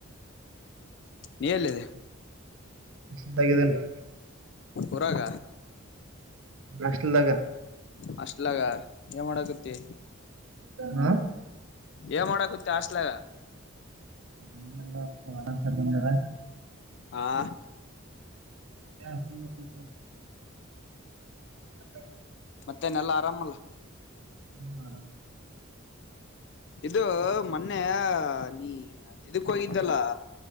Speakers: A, on the left; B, on the right.
A: ನೀ ಎಲ್ಲಿದ್ಯ.
B: ಸುಸ್ತಾಗಿದ್ದೇನೆ
A: ಊರಾಗ
B: ಹಷ್ಟಲ್ದಾಗ.
A: ಹಷ್ಟಲಗ ಏ ಮಾಡಕ್ಕತ್ತಿ
B: ಹಾ
A: ಏ ಮಾಡಕತ್ತ ಹಾಸ್ಲಾಗ.
B: <unintelligible>
A: ಹಾ
B: <unintelligible> <unintelligible>
A: ಮತ್ತೇನೆಲ್ಲ ಆರಾಮಲ್ಲ.
B: ಹ್ಮ್ ಆರಾಮ್
A: ಇದು ಮೊನ್ನೆ ನೀ ಇದಕ್ಕ ಹೋಗಿದ್ದಲ್ಲ